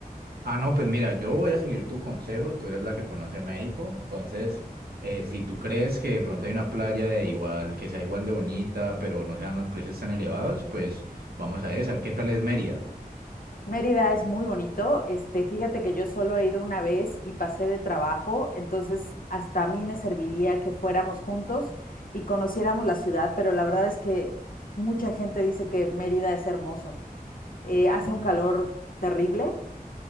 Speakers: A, on the right; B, on the left.
A: Ah, no, pues mira, yo voy a seguir tu consejo, tú eres la que conoce México, entonces, eh, si tú crees que de pronto hay una playa de igual, que sea igual de bonita, pero no sean los precios tan elevados, pues vamos a esa. ¿Qué tal es Mérida?
B: Mérida es muy bonito. Este, fíjate que yo solo he ido una vez y pasé de trabajo, entonces hasta a mí me serviría que fuéramos juntos y conociéramos la ciudad, pero la verdad es que mucha gente dice que Mérida es hermoso. Eh, hace
A: <laughs>
B: un calor terrible,